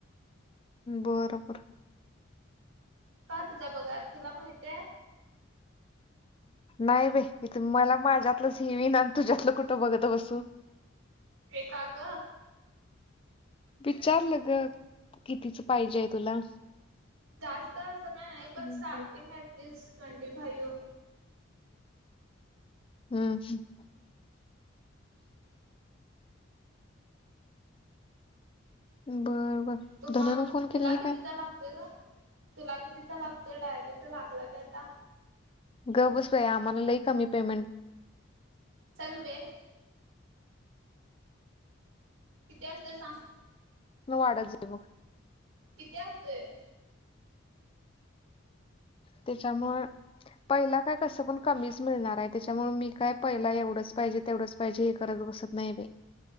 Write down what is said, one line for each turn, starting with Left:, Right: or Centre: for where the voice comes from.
Left: बरोबर
Right: का तुझा बघाया तुला माहितीये?
Left: नाही बाई, इथं मला माझ्यातलंच हे विना तुझ्यातलं कुठं बघत बसू
Right: ए काग?
Left: विचारल ग कितीच पाहिजेय तुला.
Right: जास्त असं नाही. पण
Left: हम्म
Right: स्टार्टिंग ऍटलिस्ट ट्वेंटी फाईव्ह
Left: हम्म हम्, बर बर.
Right: तुम्हाल
Left: धनून फोन
Right: तुला
Left: केलेली
Right: कितीचा
Left: काय
Right: लागतोय गं? तुला कितीचा लागतोय? डायरेक्ट लागला की आता.
Left: गप बस बया आम्हाला लई कमी पेमेंट
Right: चल वेे किती असतोय सांग?
Left: मग वाढत जाई बघ.
Right: किती असतोय?
Left: त्याच्यामुळ पहिला काय कसं पण कमीच मिळणार आहे. त्याच्यामुळ मी काय पहिला एवढंच पाहिजे, तेवढंच पाहिजे. हे करत बसत नाही बाई.